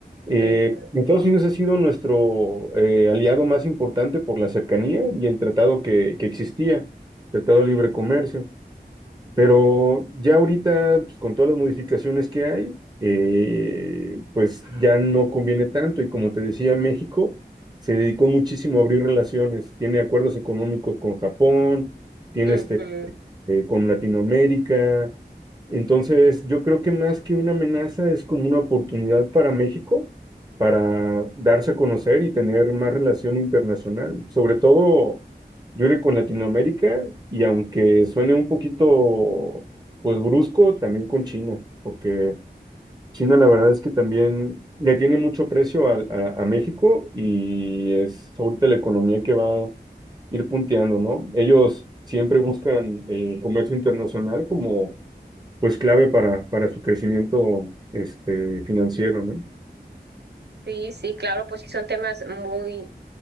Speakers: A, on the right; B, on the right.
A: Eh,
B: Ujú,
A: Estados Unidos ha sido nuestro eh, aliado más importante por la cercanía y el tratado que, que existía, Tratado de Libre Comercio. Pero ya ahorita, pues, con todas las modificaciones que hay, eh, pues ya no conviene tanto. Y como te decía, México se dedicó muchísimo a abrir relaciones. Tiene acuerdos económicos con Japón, tiene
B: ujú.
A: este eh, con Latinoamérica. Entonces, yo creo que más que una amenaza es como una oportunidad para México para darse a conocer y tener más relación internacional, sobre todo, yo creo que con Latinoamérica y aunque suene un poquito, pues brusco, también con China, porque China, la verdad es que también le tiene mucho precio al- a, a México y es ahorita la economía que va a ir punteando, ¿no? Ellos siempre buscan el comercio internacional como pues clave para, para su crecimiento este, financiero, ¿no?
B: Sí, sí, claro, pues sí son temas muy,